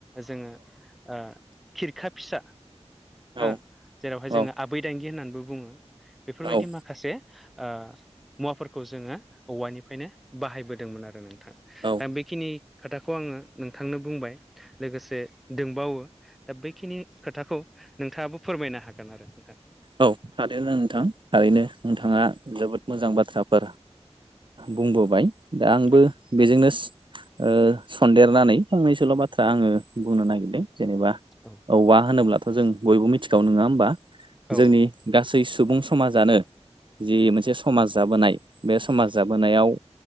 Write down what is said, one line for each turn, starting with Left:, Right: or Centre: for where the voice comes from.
Centre: जोङो ओ खिरखा फिसा
Right: औ
Centre: आ जेरावहाय
Right: औ
Centre: जोङो आबैदांगि होननानैबो बुङो बेफोरबायदि
Right: औ
Centre: माखासे खासे ओ मुवाफोरखौ जोङो औवानिफ्रायनो बाहायबोदोंमोन आरो नों
Right: औ
Centre: दा बेखिनि खोथाखौ आङो नोंथांनो बुंबाय लोगोसे दोंबावो दा बैखिनि खोथाखौ नोंथाङाबो फोरमायनो हागोन आरो नोंथां
Right: औ खोनादोंना नोंथां थारैनो नोंथाङा जोबोद मोजां बाथ्राफोर बुंबोबाय दा आंबो
Centre: औ
Right: बेजोंनो ओ सन्देरनानै फंनैसोल' बाथ्रा आङो बुंनो नागिरदों जेनेबा
Centre: औ
Right: औवा होनोब्लाथ' जों बयबो मिथिखागौ नङा होमबा
Centre: औ
Right: जोंनि गासै सुबुं समाजानो जि मोनसे समाज जाबोनाय बे समाज जाबोनायाव